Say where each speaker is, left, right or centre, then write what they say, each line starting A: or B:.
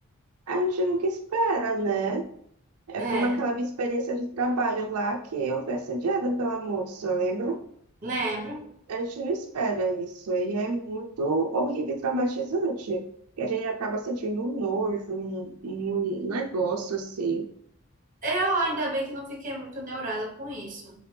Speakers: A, on the right; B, on the right.
A: A gente nunca espera, né? É
B: É,
A: como aquela minha experiência de trabalho lá que eu fui assediada pela moça, lembra?
B: lembro.
A: A gente não espera isso, e é muito horrível e traumatizante. E a gente acaba sentindo um nojo, um, um negócio assim,
B: Eu ainda bem que não fiquei muito neurada com isso.